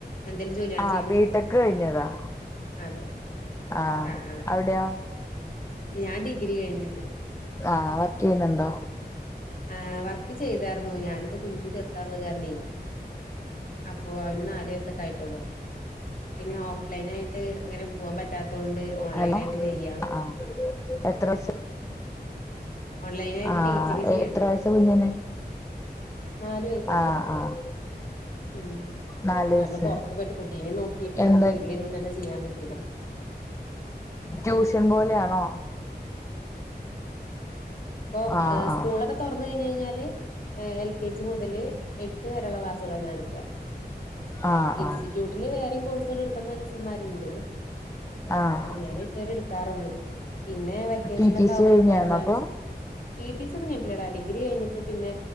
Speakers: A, on the left; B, on the left.
A: എന്തേലും ജോലിയാണോ
B: ആഹ്
A: ചെയ്യ്ണ്
B: ബിടെക് കഴിഞ്ഞതാ
A: അതെ
B: ആഹ്
A: ആ ആ
B: അവിടെയോ
A: ഞാൻ ഡിഗ്രി കഴിഞ്ഞത്
B: ആ വർക്കെയ്യുന്നുണ്ടോ
A: ആ് വർക്ക് ചെയ്താർന്നു ഞാനത് കുഞ്ഞ് ചെറുതാവകാരണെ അപ്പൊ അവന് നാല് വയസ ക്കായിട്ടുള്ളൂ പിന്നെഒ ലൈനായിട്ട് എങ്ങനെ പൂവാ പറ്റാത്തോണ്ട് ഓൺലൈനായിട്ട്
B: ഹലോ
A: ചെയ്യാം
B: ആഹ് എത്ര വയസ്
A: ഓൺലൈനായിട്ട്
B: ആഹ്
A: ടീച്ചിങ് ചെയ്യണ്ട്
B: എത്ര വയസ്സാ കുഞ്ഞിന്
A: നാല് വയസ്സ്
B: ആഹ് ആഹ്
A: ഉം
B: നാല്
A: അല്ലമ്മള്
B: വയസ്സ്
A: പൊറത്ത് പോയിട്ട് കുട്ടീനെ നോക്കീട്ട്
B: എന്താ
A: നമുക്ക് വീട്ടിലിര്ന്ന്ട്ടന്നെ ചെയ്യാൻ പറ്റ <unintelligible>
B: ട്യൂഷൻ പോലെയാണോ
A: പ്പൊ
B: ആഹ് ആഹ്
A: സ്കൂളൊക്കെ തുറന്ന്‌ കഴിഞ് കഴിഞ്ഞാൽ ല് എ എൽ കെ ജി മുതല് എട്ട് വരെള്ള ക്ലാസുകളാ ഞാൻ എടുക്കാ
B: ആഹ്
A: ഇൻസ്റ്റിറ്റ്യൂട്ടില്
B: ആഹ്
A: വേറേം കോഴ്സുകൾ എടുക്കുന്ന മിസ്സ്മാരുണ്ട്
B: ആഹ്
A: ആ ഞാനെട്ട് വരെ എടുക്കാറുള്ളു പിന്നെ വെക്കേഷനൊക്കെ
B: ടി ടി സി
A: ആവുമ്പോ
B: കഴിഞ്ഞാണോ
A: നമുക്ക് അഡ്വാൻസ്
B: അപ്പൊ
A: ടിടിസി ഒന്നും കഴിഞ്ഞിട്ടില്ലടാ ഡിഗ്രി കഴിഞ്ഞിട്ട് പിന്നെ